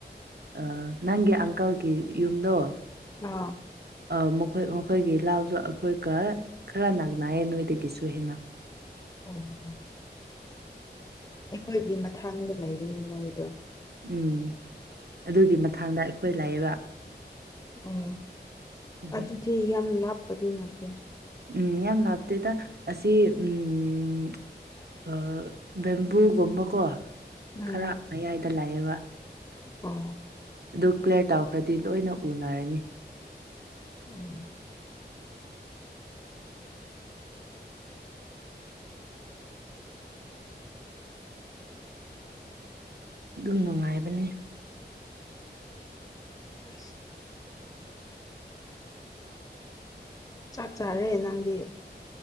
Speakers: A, on the right; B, on the left.
A: ꯑꯥ ꯅꯪꯒꯤ ꯑꯪꯀꯜꯒꯤ ꯌꯨꯝꯗꯣ
B: ꯑꯥ
A: ꯑ ꯃꯈꯣꯏ ꯃꯈꯣꯏꯒꯤ ꯂꯥꯎꯁꯨ ꯑꯩꯈꯣꯏꯒ ꯈꯔ ꯅꯛꯅꯩꯌꯦ ꯅꯣꯏꯗꯒꯤꯁꯨ ꯍꯦꯟꯅ
B: ꯑꯣ ꯑꯣ ꯑꯩꯈꯣꯏꯒꯤ ꯃꯊꯡꯗ ꯂꯩꯕꯅꯤ ꯃꯣꯏꯗꯣ
A: ꯎꯝ ꯑꯗꯨꯒꯤ ꯃꯊꯥꯡꯗ ꯑꯩꯈꯣꯏ ꯂꯩꯌꯦꯕ
B: ꯑꯣ
A: ꯑꯗꯨꯒꯤ
B: ꯑꯗꯨꯗꯤ ꯌꯥꯝ ꯂꯥꯞꯄꯗꯤ ꯅꯠꯇꯦ
A: ꯎꯝ ꯌꯥꯝ ꯂꯥꯞꯇꯦꯗ ꯑꯁꯤ ꯎꯝ ꯑ ꯕꯦꯝꯕꯨꯒꯨꯝꯕꯀꯣ
B: ꯎꯝ
A: ꯈꯔ ꯃꯌꯥꯏꯗ ꯂꯩꯌꯦꯕ
B: ꯑꯣ
A: ꯑꯗꯨ ꯀ꯭ꯂꯤꯌꯥꯔ ꯇꯧꯈ꯭ꯔꯗꯤ ꯂꯣꯏꯅ ꯎꯅꯔꯅꯤ
B: ꯑꯣ ꯑꯣ
A: ꯑꯗꯨꯝ ꯅꯨꯡꯉꯥꯏꯕꯅꯦ
B: ꯑꯁ ꯆꯥꯛ ꯆꯥꯔꯦ ꯅꯪꯗꯤ